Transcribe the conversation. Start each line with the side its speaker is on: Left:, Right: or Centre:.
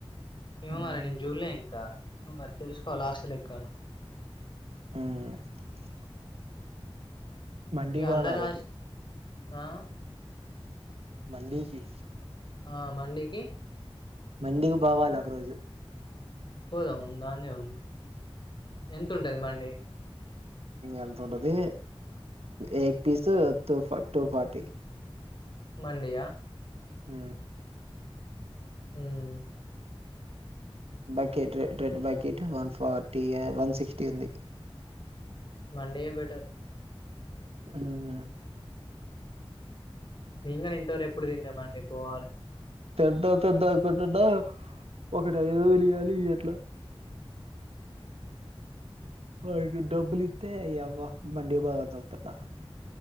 Left: ఏమో
Right: మ్
Left: మరి నేను చూడలే ఇంకా నువ్వు మరి తెలుసుకోవాలా హాస్టల్ ఎక్కన్నో
Right: మ్ మండి
Left: ఇగ
Right: కి పోవాల
Left: అందరు
Right: ఆ రోజు
Left: హాస్ ఆ
Right: మండి కి
Left: ఆ మండికి
Right: మండికి పోవాల ఒక రోజు
Left: పోదాం. దాందేముంది ఎంత ఉంటుంది మండి.
Right: ఎంత ఉంటది ఎయిట్ పీస్ టూ ఫార్టీ.
Left: మండియా
Right: ఆ
Left: హమ్
Right: bucket red bucket one forty ఆ వన్ సిక్స్టీ ఉంది
Left: మండియే బెటర్
Right: హమ్
Left: నేను కూడా ఇంతవరకు ఎప్పుడు తినలే మండి పోవాలే
Right: తెద్దం తెద్దం అనుకుంటున్న ఒకడు ఐదు వందలు ఇయ్యాలి ఇయట్ల వాడు డబ్బులు ఇత్తే నీఆవ్వ మాండి కి పోదామని చుత్తన